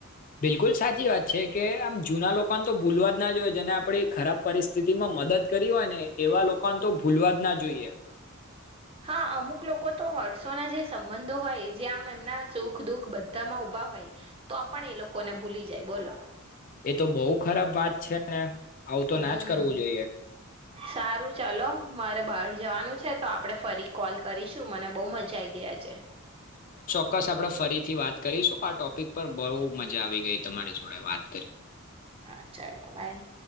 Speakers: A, on the left; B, on the right.
A: બિલકુલ સાચી વાત છે કે આમ જુના લોકોન તો ભૂલવા જ ના જોઈએ જેને આપડી ખરાબ પરિસ્થિતિમાં મદદ કરી હોય ને એવા લોકોન તો ભૂલવા જ ના જોઈએ.
B: હા અમુક લોકો તો વર્ષોના જે સંબંધો હોય જે આમ એમના સુખ દુઃખ બધામાં ઊભા હોય તો પણ એ લોકો ને ભૂલી જાય બોલો
A: એ તો બહુ ખરાબ વાત છે ને આવું તો
B: હમ
A: ના જ કરવું જોઈએ
B: સારું ચલો મારે બાર જવાનું છે તો આપડે ફરી કોલ કરીશું મને બઉ મજા આઈ ગઈ આજે
A: ક્કસ આપડે ફરીથી વાત કરીશું આ ટોપિક પર બઊ મજા આવી ગઈ તમારી જોડે વાત
B: હા ચાલો બાય